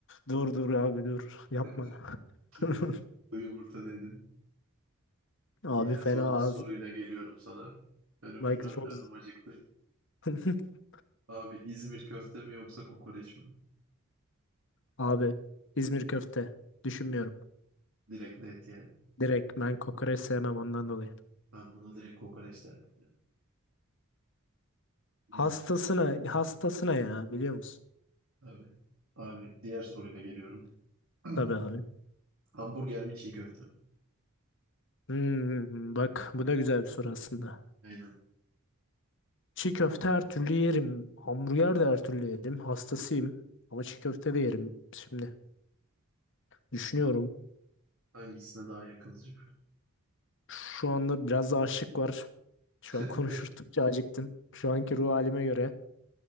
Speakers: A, on the left; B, on the right.
A: dur dur abi dur. Yapma.
B: <laughs>
A: <laughs>
B: Sucuklu yumurta dedin.
A: Abi
B: Yine
A: fena
B: zor
A: ağız.
B: bir soruyla geliyorum sana. Benim
A: Bak
B: şu an
A: çok
B: karnım
A: z-
B: acıktı.
A: <laughs>
B: Abi İzmir köfte mi yoksa kokoreç mi?
A: Abi İzmir köfte düşünmüyorum.
B: Direkt net yani.
A: Direkt ben kokoreç sevmem ondan dolayı.
B: Ben buna direkt kokoreç derdim ya. İzmir
A: Hastasına hastasına ya biliyor musun?
B: tabii. Abi diğer soruyla geliyorum. <clears throat>
A: Tabii abi.
B: Hamburger mi çiğ köfte mi?
A: Hmm, bak bu da güzel bir soru aslında.
B: Aynen.
A: Çiğ köfte her türlü yerim. Hamburger de her türlü yerim. Hastasıyım. Ama çiğ köfte de yerim. Şimdi Düşünüyorum.
B: Hangisine daha yakınsın?
A: Şu anda biraz da açlık var. Şu an
B: <laughs>
A: <laughs> konuştukça acıktım. Şu anki ruh halime göre.